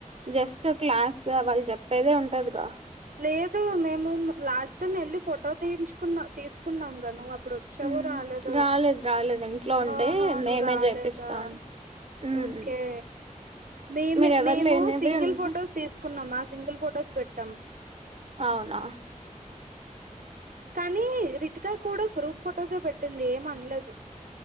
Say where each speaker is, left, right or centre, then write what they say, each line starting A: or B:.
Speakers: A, on the right; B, on the right.
A: జస్ట్ క్లాస్ వాళ్ళు చెప్పేదే ఉంటదిగా
B: లేదు మేము లాస్ట్ టైం వెళ్ళి ఫోటో తీన్చుకున్న తీసుకున్నాం గా నువ్వు ఇప్పుడు వచ్చావో
A: మ్మ్.
B: రాలేదు
A: రాలేదు ఇంట్లో ఉండే
B: ఆహా నువ్వు
A: మేమే
B: రాలేదా
A: చేపిస్తాను మ్మ్.
B: ఓకే మేము
A: మీరెవరు
B: మేము
A: లేనివి
B: సింగిల్
A: ఉంటే
B: ఫొటోస్ తీసుకున్నామా సింగిల్ ఫొటోస్ పెట్టాం
A: అవునా
B: కానీ రితికా కూడా గ్రూప్ ఫొటోసే పెట్టింది ఏం అనలేదు